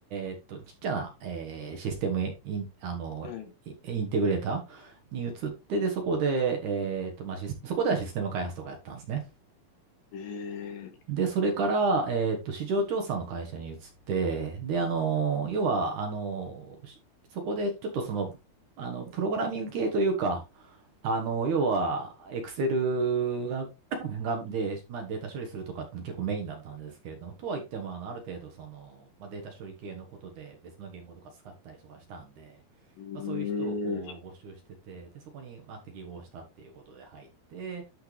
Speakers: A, on the right; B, on the left.
A: えーっと、ちっちゃな、えーシステムイン、あの、
B: はい。
A: イインテグレーターに移って、で、そこで、えーっと、まあ、シスそこではシステム開発とかやったんですね。
B: ええ
A: で、それから、えーっと、市場調査の会社に移って、で、あの、要は、あの、しそこでちょっとその、あの、プログラミング系というか、あの、要は、Excel が、<clears throat> <laughs> が、で、まあ、データ処理するとかって結構メインだったんですけれども、とは言っても、あの、ある程度、その、まあ、データ処理系のことで別の言語とか使ったりとかしたんで、
B: ええ
A: まあ、そういう人をこう募集してて、で、そこに、まあ、適合したっていうことで入って、